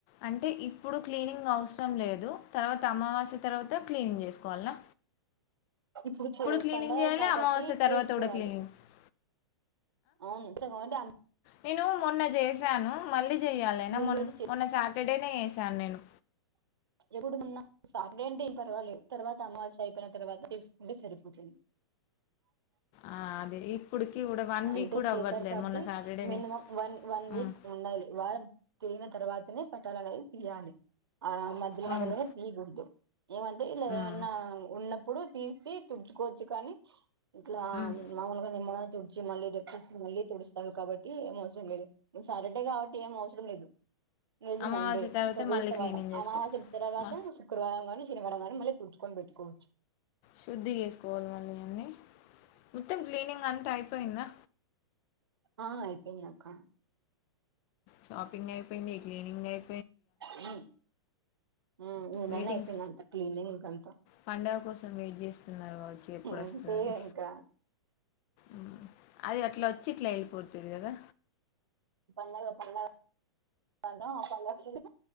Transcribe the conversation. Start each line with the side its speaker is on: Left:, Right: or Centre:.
Left: అంటే ఇప్పుడు క్లీనింగ్ అవసరం లేదు తర్వాత అమావాస్య తర్వాత క్లీనింగ్ చేసుకోవాలనా
Right: ఇప్పుడు చే
Left: క్లీనింగ్
Right: పండగ
Left: చేయాలి
Right: కాబట్టి
Left: అమావాస్య తర్వాత
Right: చేసుకోవాలి
Left: కూడా క్లీనింగ్
Right: అవును సట్టి అమ్
Left: నేను మొన్న చేసి చేసాను మళ్ళీ చెయ్యాలేనా
Right: ముందు
Left: మొన్న
Right: రోజు చే
Left: మొన్న సాటర్డేనే చేసాను నేను
Right: ఎప్పుడు మొన్న సాటర్డే అంటే ఏం పర్వాల తర్వాత అమావాస్య అయిపోయిన తర్వాత తీసుకుంటే సరిపోతుంది
Left: ఆ అదే ఇప్పుడుకి కూడా వన్
Right: అంటే
Left: వీక్ కూడా
Right: చేశారు
Left: అవ్వట్లేదు
Right: కాబట్టి
Left: మొన్న సాటర్డేనే
Right: మినిమం వన్ వన్ వీక్
Left: ఉమ్
Right: ఉండాలి వా తిరిగిన తర్వాతనే పట్టాల అనేది తీయాలి ఆ మధ్య
Left: అవును
Right: మధ్యలో తియ్ గూడదు ఏమంటే ఇలా
Left: ఉమ్
Right: ఏమన్నా ఉన్నప్పుడు తీసి తుడుచుకోవచ్చు కానీ ఇట్లా
Left: ఉమ్
Right: మాములుగా నిమ్ వచ్చి మళ్ళీ డెప్ మళ్ళీ తుడుస్తారు కాబట్టి ఏం అవసరం లేదు సాటర్డే కాబట్టి ఏం అవసరం లేదు నిజమండి
Left: అమావాస్య తర్వాత
Right: ఇంకా బేస్తవారం
Left: మళ్ళీ క్లీనింగ్ చేసుకో
Right: అమావాస్య తర్వాత
Left: మ
Right: శుక్రవారం కాని తిరవడం కానీ మళ్ళీ తుడుచుకోని పెట్టుకోవచ్చు
Left: శుద్ధి చేసుకోవాలి మళ్ళీ అన్నీ మొత్తం క్లీనింగ్ అంతా అయి పోయిందా
Right: ఆ అయిపోయింది అక్క
Left: షాపింగ్ అయిపోయింది క్లీనింగ్ అయి
Right: హు హుమ్ ఈ నెల
Left: వెయిటింగ్
Right: అయిపోయింది అంత క్లీనింగ్ అంతా
Left: పండగ కోసం వెయిట్ చేస్తున్నారు కావచ్చు ఎప్పుడు వస్తుందని
Right: అంతే ఇంకా
Left: ఉమ్. అది అట్లా వచ్చి ఇట్లా ఎల్లిపోతుంది కదా
Right: పండగ పండగ ఎల్తం